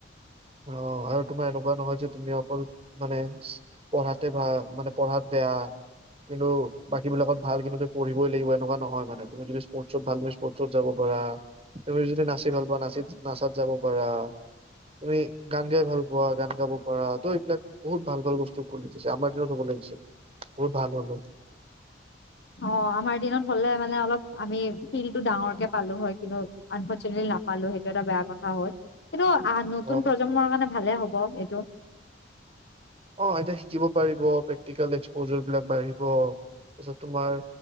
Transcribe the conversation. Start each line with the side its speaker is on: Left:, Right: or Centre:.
Right: অ আৰু তোমাৰ এনেকুৱা নহয় যে তুমি অকল মানে পঢ়াতে ভাল মানে পঢ়াত বেয়া কিন্তু বাকী বিলাকত ভাল কিন্তু তুমি পঢ়িবই লাগিব এনেকুৱা নহয় মানে তুমি যদি স্পৰ্টছত ভাল স্পৰ্টছত যাব পাৰা তুমি যদি নাচি ভাল পোৱা নাচিত নাচাত যাব পাৰা। তুমি গান গাই ভাল পোৱা গান গাব পাৰা তো এইবিলাক বহুত ভাল ভাল বস্তু ওপৰত লিখিছে। আমাৰ দিনত হ'ব লাগিছিল বহুত ভাল হ'ল হয়।
Left: অ আমাৰ দিনত হ'লে মানে অলপ আমি ফিল্ডটো ডাঙৰকে পালোঁ হয় কিন্তু আনফৰ্চুনেটলি নাপালো সেইটো এটা বেয়া কথা হ'ল। কিন্তু আ নতুন
Right: অ
Left: প্ৰজন্মৰ কাৰণে ভালে হ'ব এইটো।
Right: অ এতিয়া শিকিব পাৰিব প্ৰেক্টিকেল এক্সপ'জাৰ বিলাক বাঢ়িব। তাৰ পিছত তোমাৰ